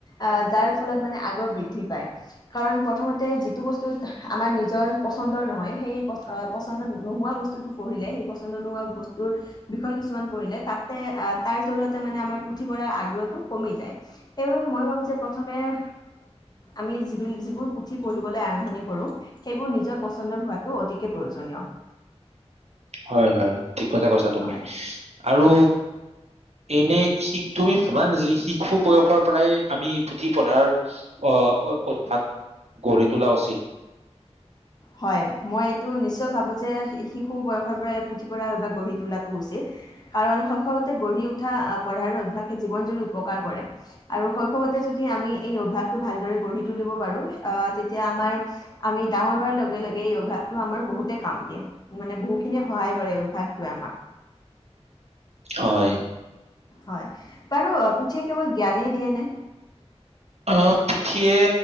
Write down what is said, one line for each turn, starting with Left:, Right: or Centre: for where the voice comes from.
Left: আহ' যাৰ ফলত মানে আগ্ৰহ বৃদ্ধি পায়। কাৰণ প্ৰথমতে যিটো বস্তুত আমাৰ নিজৰ পচন্দৰ নহয় সেই প-পচন্দ নোহোৱা বস্তুটো পঢ়িলে, সেই পচন্দ নোহোৱা বস্তু টোৰ বিষয় কিছুমান পঢ়িলে তাতে অ' তাৰ জৰিয়তে মানে আমাৰ পুঠি পঢ়া আগ্ৰহটো কমি যায়। সেইবাবে মই ভাবোঁ যে প্ৰথমে আ' আমি যি যিবোৰ পুথি পঢ়িবলৈ আৰম্ভণি কৰোঁ সেইবোৰ নিজৰ পচন্দৰ হোৱাতটো অতিকে প্ৰয়োজনীয়।
Right: হয়, হয় ঠিক কথা কৈছা তুমি
Left: হয়।
Right: আৰু এনে শি, তুমি ভাবা নে যদি শিশু বয়সৰ পৰাই আমি পুথি পঢ়াৰ অ' উদ্ধাৱ গঢ়ি তোলা উচিত।
Left: হয়, মই এইটো নিশ্চয় ভাবোঁ যে শিশু বয়সৰ পৰাই পুথি পঁৰা বা গঢ়ি তোলাটো উচিত কাৰণ শৈশৱতে গঢ়ি উঠা আহ' পঢ়াৰো অভ্যাসে জীৱন জুৰি উপকাৰ কৰে। আৰু শৈশৱতে যদি আমি এই অভ্যাসটো ভালদৰে গঢ়ি তুলিব পাৰোঁ, আহ' তেতিয়া আমাৰ আমি ডাঙৰ হোৱাৰ লগে লগে এই অভয়াসটো আমাৰ বহুতে কাম দিয়ে, মানে বহুখিনিয়ে সহায় কৰে এই অভ্যাসটোৱে আমাক।
Right: হয়।
Left: হয় বাৰু পুঠিয়ে কেৱল জ্ঞানে দিয়ে নে?
Right: অ' পুথিয়ে